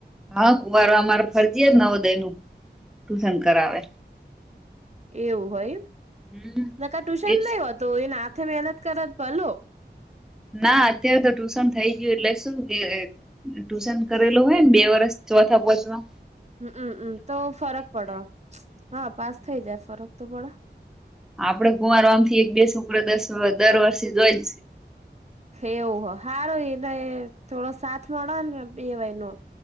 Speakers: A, in the centre; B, on the right.
A: હા કુવાર અમારે ફરજીયાત નવોદયનું ટુશન કરાવે.
B: એવું હોય એમ.
A: હમ
B: નકર ટુશન
A: એ
B: નહી હોતું એના હાથ ત મહેનત કરત ભલો.
A: ના અત્યારે તો ટુશન થઈ ગયું એટલે શું કે ટુશન કરેલો હોય કેમ બે વર્ષ ચોથા પોહચવા.
B: હમ અ તો ફરક પડો હા પાસ થઈ જાય ફરક તો પડહ
A: આપડે કુમારવામથી એક બે છોકરા દસ દર વર્ષે જોઈ.
B: એવુ હ. હારું એનય થોડો સાથ મળે ન બેવનો.